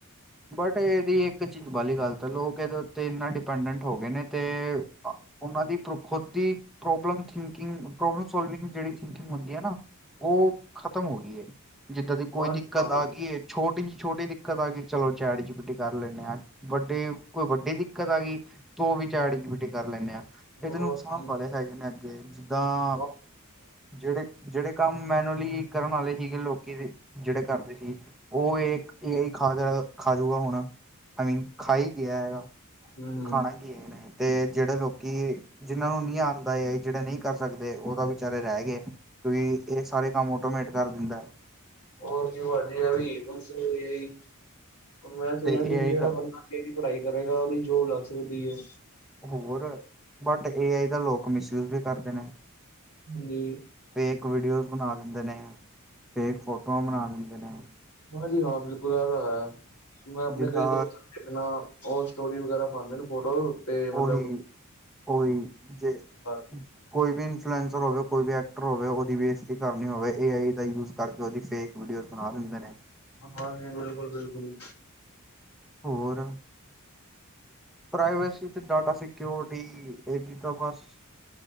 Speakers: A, in the centre; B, on the left.
A: ਬਟ ਇਹਦੀ ਇੱਕ ਚੀਜ਼ ਵਾਲੀ ਗੱਲਤ ਐ। ਲੋਕ ਇਹਦੇ ਉੱਤੇ ਇੰਨਾ ਡਿਪੈਂਡੈਂਟ ਹੋ ਗਏ ਨੇ। ਤੇ ਉਹਨਾਂ ਦੀ ਖੁਦ ਦੀ ਪ੍ਰੋਬਲਿਮ ਥਿੰਕਕਿੰਗ ਪ੍ਰੋਬ ਸੋਲਵਿੰਗ ਜਿਹੜੀ ਥਿੰਕਕਿੰਗ ਹੁੰਦੀ ਐ ਨਾ। ਉਹ ਖਤਮ ਹੋ ਗਈ ਐ। ਜਿੱਦਾਂ ਦੀ ਕੋਈ
B: ਹੋਰ
A: ਦਿੱਕਤ
B: ਕੀ
A: ਆ
B: ਬਿਲਕੁਲ
A: ਗਈ ਐ, ਛੋਟੀ ਜਿਹੀ ਛੋਟੀ ਦਿੱਕਤ ਆ ਗਈ। ਚਲੋ ਚੈਟ ਜੀ ਬੀ ਟੀ ਕਰ ਲੈਣੇ ਹਾਂ। ਵੱਡੇ ਕੋਈ ਵੱਡੀ ਦਿੱਕਤ ਆ ਗਈ ਤੋ ਉਹ ਵੀ ਚੈਟ ਜੀ ਪੀ ਟੀ ਕਰ ਲੈਂਣੇ ਆਂ।
B: ਹੋਰ
A: ਇਹਦੇ ਨੁਕਸਾਨ
B: ਕੀ
A: ਵਾਲੇ ਹੈਗੇ ਨੇ ਅੱਗੇ। ਜਿੱਦਾਂ
B: ਹੂੰ
A: ਜਿਹੜੇ ਜਿਹੜੇ ਕੰਮ ਮੈਨੂਅਲੀ ਕਰਨ ਵਾਲੇ ਸੀਗੇ ਲੋਕੀ ਦੇ ਜਿਹੜੇ ਕਰਦੇ ਸੀਗੇ। ਉਹ ਏਕ ਏ ਆਈ ਖਾ ਜਾ ਖਾਜੂਗਾ ਹੁਣ ਆਈਮੀਨ ਖਾ ਹੀ ਗਿਆ ਹੈਗਾ।
B: ਹਮ
A: ਖਾਣਾ ਕੀ ਇਹਨੇ ਤੇ ਜਿਹੜੇ ਲੋਕੀ ਜਿਹਨਾਂ ਨੂੰ ਨਹੀਂ ਆਂਦਾ ਏ ਆਈ। ਜਿਹੜੇ ਨਹੀਂ ਕਰ ਸਕਦੇ। ਉਹਦਾ ਵੀ ਵਿਚਾਰੇ ਰਹਿ ਗਏ। ਕਿਉਕਿ ਇਹ ਸਾਰੇ ਕੰਮ ਆਟੋਮੇਟਿਕ ਕਰ ਦਿੰਦਾ ਐ।
B: ਹੋਰ ਕੀ ਵਧੀਆ ਵੀ। ਬਸ ਏ ਆਈ ਹੁਣ ਮੈਂ ਸੁਣਿਆ
A: ਤੇ
B: ਸੀ
A: ਏ
B: ਵੀ
A: ਆਈ
B: ਜਿਹੜਾ
A: ਦਾ
B: ਬੰਦਾ ਇਹਦੀ ਪੜ੍ਹਾਈ ਕਰੇਗਾ। ਉਹਦੀ ਜੋਬ ਲੱਗ ਸਕਦੀ ਐ।
A: ਹੋਰ ਬਟ ਏ ਆਈ ਦਾ ਲੋਕ ਮਿਸਯੂਜ ਵੀ ਕਰਦੇ ਨੇ।
B: ਹਾਂਜੀ
A: ਫੇਕ ਵੀਡੀਓਜ਼ ਬਣਾ ਦਿੰਦੇ ਨੇ। ਫੇਕ ਫੋਟੋਆਂ ਬਣਾ ਦਿੰਦੇ ਨੇ।
B: ਹਾਂਜੀ ਹਾਂ ਬਿਲਕੁਲ ਇਹ ਤੇ ਐ। ਮੈਂ ਆਪਣੇ
A: ਜਿੱਦਾਂ
B: ਕਈ ਦੋਸਤ ਇਕ ਨਾ ਉਹ ਸਟੋਰੀ ਵਗੈਰਾ ਪਾਂਦੇ ਨੇ। ਫੋਟੋ ਤੇ ਮਤਲਬ
A: ਉਹੀ ਉਹੀ ਜੇ
B: <unintelligible>
A: ਕੋਈ ਵੀ ਇਨਫਲਐਸਰ ਹੋਵੇ, ਕੋਈ ਵੀ ਐਕਟਰ ਹੋਵੇ, ਉਹਦੀ ਬੇਜਤੀ ਕਰਨੀ ਹੋਵੇ। ਏ ਆਈ ਦਾ ਯੂਜ ਕਰਕੇ ਉਹਦੀ ਫੇਕ ਵੀਡੀਓਜ਼ ਬਣਾ ਦਿੰਦੇ ਨੇ।
B: ਹਾਂਜੀ, ਬਿਲਕੁਲ-ਬਿਲਕੁਲ ਜੀ।
A: ਹੋਰ, ਪ੍ਰਾਈਵੇਸੀ ਤੇ ਡਾਟਾ ਅਸੀ ਸਕਿਓਰਟੀ ਇਹਦੀ ਤਾਂ ਬਸ